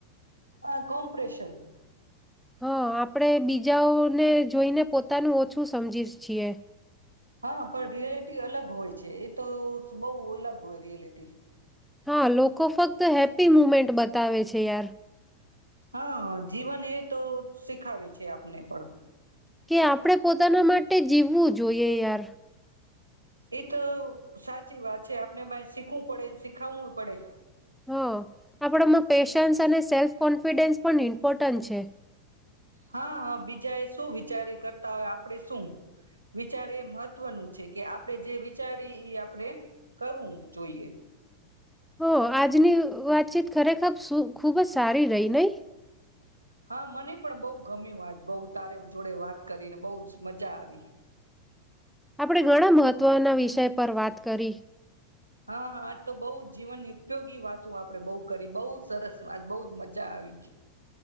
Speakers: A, on the right (about 80°); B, in the centre.
A: અહ કોમ્પ્રેશન
B: હા, આપડે બીજાઓને જોઈને પોતાનું ઓછું સમજી છીએ.
A: હા, પણ રિયે ટી અલગ હોય છે. એ તો સ બહુ અલગ હોય રિયલિટી.
B: હા, લોકો ફક્ત હેપી મુમેન્ટ બતાવે છે યાર.
A: હા, જીવન એ તો શીખાવે છે આપને પણ.
B: કે આપણે પોતાના માટ ટે જીવવું જોઈએ યાર.
A: એ તો સાચી વાત છે. આપણે માઈ શીખવું પડે શીખાવવું પડે.
B: હ, આપડામાં પેશન્સ અને સેલ્ફ કોન્ફિડન્સ પણ ઇમ્પોર્ટ ટન છે.
A: હાઆ બીજા એ શું વિચારી કરતા હોય આપડે શું, વિચારે એ મહત્વનું છે કે આપણે જે વિચારી એ આપડે કરવું જોઈએ.
B: હો આજનું અહ વાતચીત ખરેખર સુ ખૂબ જ સારી રહી નઈ?
A: હા, મને પણ બહુ ગમ્યું આજ બહ તારે જોડે વાત કરીને બહ જ મજા આવી.
B: આપણે ઘણા મહત્વના વિષય પર વાત કરી.
A: હા હા આજ તો બહુ જીવનની ઉપયોગી વાતો આપડે બહુ કરી, બહુ સરસ વાત, બહુજ મજા આવી છે.